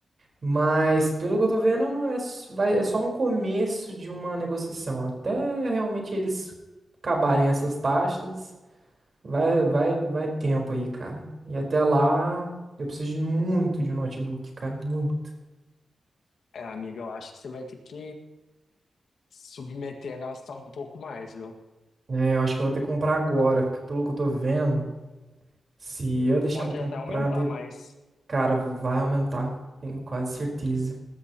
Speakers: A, on the right (about 50°); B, on the left (about 80°).
A: Mas pelo que eu tô vendo, não é, s- vai- é só um começo de uma negociação. Até realmente eles acabarem essas taxas, vai, vai, vai tempo aí, cara. E até lá, eu preciso de muito de um notebook, cara, muito.
B: É, amiga, eu acho que você vai ter que submeter a gastar um pouco mais, viu?
A: É, eu acho que eu vou ter que comprar agora, porque pelo que eu tô vendo, se eu deixar
B: Pode
A: pra comprar
B: até aumentar mais
A: Cara, vai aumentar, tenho quase certeza.